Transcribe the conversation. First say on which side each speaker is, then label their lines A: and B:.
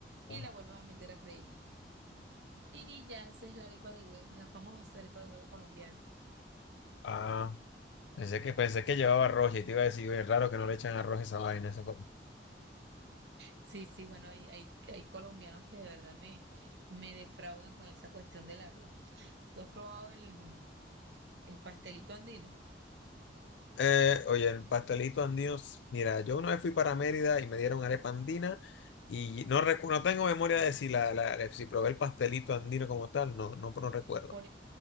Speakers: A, on the left; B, on the right.
A: no.
B: y la vuelves a meter a freír. Y ya esa es la arepa de huevo, la famosa arepa de huevo colombiana.
A: Ah, pensé que pensé que llevaba arroz y te iba a decir, oye, es raro que no le echan arroz a esa vaina, eso
B: Sí, sí, bueno, hay, hay, hay colombianos que de verdad me, me defraudan con esa cuestión del arroz. ¿Tú has probado el, el pastelito andino?
A: Eh, oye, el pastelito andino, s- mira, yo una vez fui para Mérida y me dieron arepa andina y no, recu- no tengo memoria de si, la, la- eh, si probé el pastelito andino como tal, no, no, no recuerdo.
B: Por,